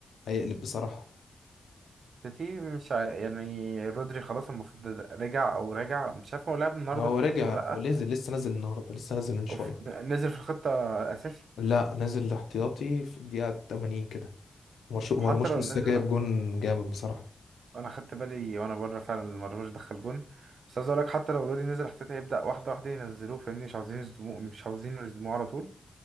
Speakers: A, on the left; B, on the right.
A: هيقلب بصراحة
B: سيتي مش ع... يعني رودري خلاص المفروض رجع او راجع مش عارف هو لعب النهارده
A: ما هو
B: في الماتش
A: رجع
B: ولا لا
A: ونزل لسه نازل النهاردة لسه نازل من شوية
B: أو في- نزل في الخطه اساسي
A: لا نازل احتياطي في الدقيقة 80 كده مرش- مرموش
B: وحتى لو
A: لسه
B: نزل
A: جايب جون جامد بصراحة
B: انا خدت بالي وانا بره فعلا لما مرموش دخل جون بس عايز اقول لك حتى لو رودي نزل احتياط هيبدا واحده واحده ينزلوه فاهمني مش عاوزين يصدموه مش عاوزين يصدموه على طول